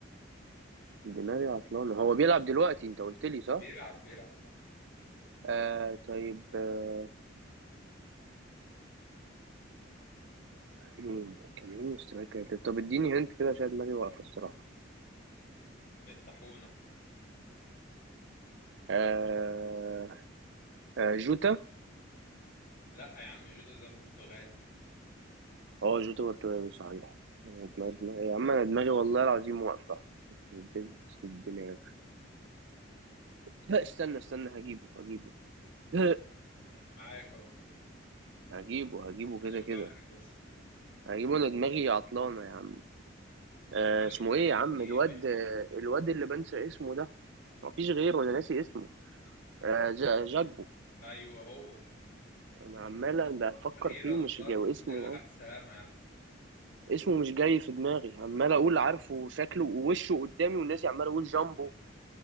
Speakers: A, on the right; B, on the left.
A: دماغي عطلانه هو بيلعب دلوقتي انت قلت لي صح
B: بيلعب بيلعب آه.
A: آه طيب آه مين كان مين سترايكر طب اديني هنت كده عشان دماغي واقفه الصراحه
B: الطاحونة
A: آه آه جوتا
B: لا يا عم جودة ده برتغالي
A: اه جوتا برتغالي صحيح أنا دماغي يا عم انا دماغي والله العظيم واقفة في business الدماغ لا، استنى استنى هجيبه هجيبه <laughs>
B: انا معاك اهو
A: هجيبه هجيبه
B: ما
A: كده
B: اشوف
A: كده
B: اخرك بس
A: هجيبه انا دماغي عطلانة يا عم آه
B: يا معلم
A: اسمه
B: الطاحونة
A: ايه يا عم
B: دي
A: الواد
B: وش
A: آه، الواد اللي بنسى اسمه ده مفيش غيره انا ناسي اسمه آه جا- جاكبو
B: ايوه هو
A: انا عمال بفكر
B: اخيرا
A: فيه ومش
B: وصلت
A: جاي
B: الحمد
A: اسمه
B: لله على
A: اه
B: السلامة يا عم
A: اسمه مش جاي في دماغي عمال اقول عارفه وشكله ووشه قدامي والناس عمال اقول جامبو